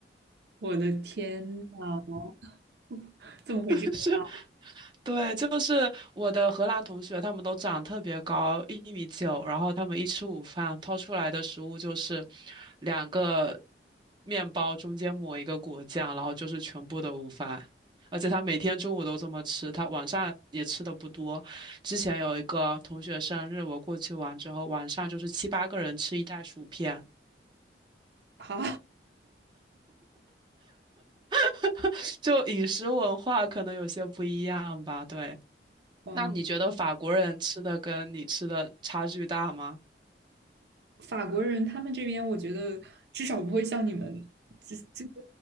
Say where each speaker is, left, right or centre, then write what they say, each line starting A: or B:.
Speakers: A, on the right (about 65°); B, on the right (about 25°).
A: 我的天呐，<laughs> 怎么会这样？
B: <laughs> 对，就是我的荷兰同学，他们都长特别高，一米九，然后他们一吃午饭，掏出来的食物就是两个面包，中间抹一个果酱，然后就是全部的午饭。而且他每天中午都这么吃，他晚上也吃的不多。之前有一个同学生日，我过去玩之后，晚上就是七八个人吃一袋薯片，
A: 好，
B: <laughs> 就饮食文化可能有些不一样吧。对，
A: <laughs> 哇。
B: 那你觉得法国人吃的跟你吃的差距大吗？
A: 法国人他们这边，我觉得至少不会像你们，这这